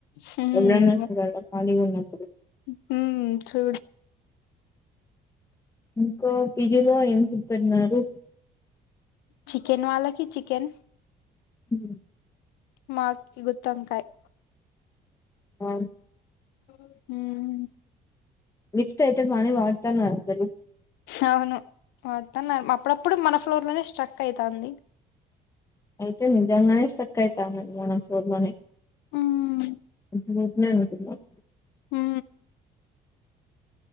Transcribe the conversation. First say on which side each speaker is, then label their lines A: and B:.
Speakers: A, on the left; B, on the left.
A: హ్మ్
B: ఎప్పుడన్నా చూడాలా ఖాళీగా ఉన్నపుడు.
A: హు చూడు.
B: ఇంకో పిజిలో ఏం <unintelligible> పెట్టినారు.
A: చికెన్ వాలాకి చికెన్
B: హు
A: మాకి గుత్తొంకాయ్.
B: ఆ
A: హ్
B: లిఫ్ట్ అయితే బానె వాడతనారు అందరు.
A: అవును వాడతున్నారు అప్పుడప్పుడు మన ఫ్లోర్ లోనే స్ట్రక్ అయితాంది.
B: అయితే నిజంగానే స్ట్రక్ అయితనయి మనఫ్లోర్ లోనే.
A: హ్మ్
B: <inaudible>
A: హు